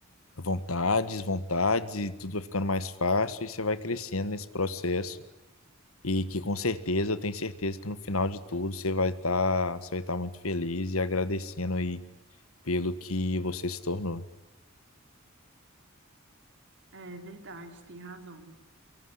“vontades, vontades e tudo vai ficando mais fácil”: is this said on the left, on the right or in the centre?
Left